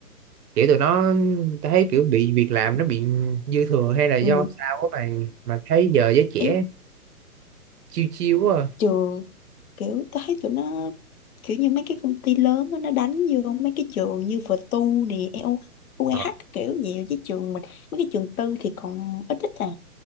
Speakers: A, on the right; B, on the left.
A: kiểu tụi nó thấy kiểu bị việc làm nó bị dư thừa hay là do
B: ừ,
A: sao á mày mà thấy giờ giới trẻ
B: ý
A: chiêu chiêu quá à.
B: trường kiểu tôi thấy tụi nó kiểu như mấy cái công ty lớn á, nó đánh vô mấy cái trường như VTU nè EO UEH
A: Ờ.
B: các kiểu nhiều chứ trường mình mấy cái trường tư thì còn ít ít à